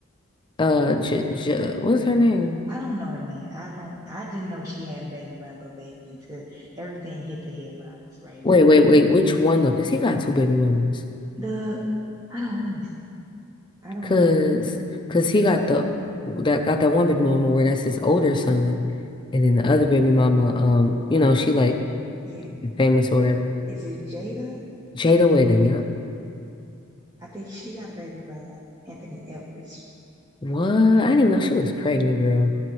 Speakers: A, on the left; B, on the right.
A: Uh, J J what's her name?
B: I don't know her name. I don't. I didn't know she had a baby by Little Baby until everything hit the headlines. Right.
A: Wait, wait, wait. Which one though? Because he got two baby mamas.
B: The I don't. Let me see. I don't
A: Cause,
B: know.
A: cause he got the that got that one baby mama where that's his older son, and then the other baby mama, um, you know, she like
B: Yeah.
A: famous or whatever.
B: Is it Jada?
A: Jada Weta, yep.
B: I think she got a baby by Anthony Edwards.
A: What? I didn't even know she was pregnant, girl.